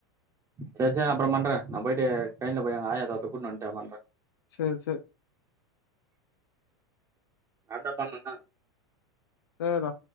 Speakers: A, on the right; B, on the left.
A: சேரி சேரி அப்புறௌ பண்றே நா போயிட்டு ட்ரெயின்ல போய் எங்க ஆயா தாத்தா கூட்டுனு வன்டே பண்றேன்
B: சேரி சேரி
A: நான் தா பன்னனா
B: சேரிரா